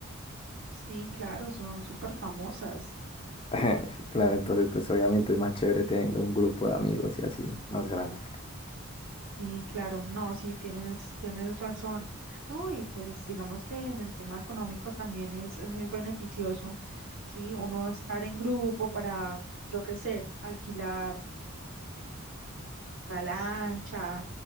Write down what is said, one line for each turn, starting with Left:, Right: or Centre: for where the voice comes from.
Right: sí, claro, son súper famosas.
Left: <laughs> Claro, entonces pues obviamente es más chévere teniendo un grupo de amigos y así, más grande.
Right: Sí, claro, no, sí, tienes, tienes razón. No, y pues digamos que en el tema económico también es, es muy beneficioso, sí, uno estar en grupo para, yo qué sé, alquilar una lancha,